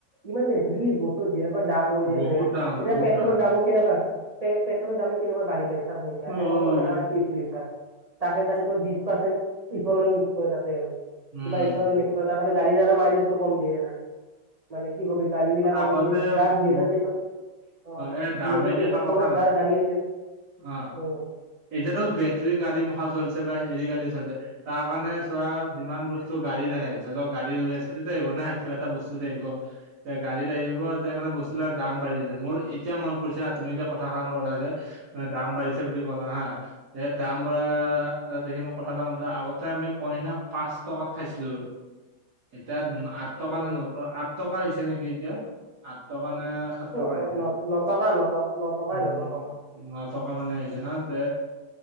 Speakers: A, on the right; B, on the right.
A: ইমান এই যি বস্তু যেনেকুৱা দাম হৈ
B: বহুত
A: আছে এতিয়া
B: দাম বহুত
A: পেট্ৰলৰ
B: দাম।
A: দামত কেনেকুৱা পেট্ৰলৰ দামে কেনেকুৱা বাঢ়ি গ'ল চা চোন এতিয়া এশ
B: অ'
A: ছয় টকা
B: দে।
A: নে এক লিটাৰ। তাকে তাতে ত বি পাৰ্চেট ইথল মিক তাতে আৰু কিবা
B: উম,
A: ইথল ম ত তাৰ কাৰণে গড়ী আৰু মাইলেজটো কম দিয়ে আৰু। মানে কি কবি গাড়ী বিলাক
B: আগতে
A: আৰু যদি যাৰ দুইহেজাৰ
B: মোৰ
A: তেইছত অ',
B: এই দামেদি
A: দুহেজাৰ তেইছত
B: এটা কথা
A: চনত যাৰ গাড়ী আছিল
B: অ'।
A: উম
B: এতিয়াতো বেটেৰী গাড়ী মুখা চলছে বা হেৰি গাড়ী চলিছে তাৰ কাৰণে চোৱা যিমান বস্তু ত গাড়ীত আহে ধৰি লওঁক গাড়ী ল'লে থেইতে আহিব না কিবা এটা বস্তুতে আহিব। এতিয়া গাড়ীত আহিব এতিয়া সেই কাৰণে বস বিলাক দাম বাঢ়িছে মোৰ এতিয়া মই পৰিছে হা তুমি যেতিয়া কথা সাৰ ক'লা যে মানে দাম বাঢ়িছে বুলি হা এ তাৰ পৰা দেখি মোৰ কথা এটা মনত আগত তাৰপিছত কৰিণা পাঁচ টকাত খাইছিলো। এতিয়া আঠ টকা
A: উম
B: নে নট আঠ টকা হৈছে নেকি এতিয়া আঠ টকা নে সাত টকা
A: ন
B: হৈছে
A: নত ন টকান নট ন টকাই
B: উম
A: ধৰি ল ন টকা
B: ন টকা মানে সেইদিনা দে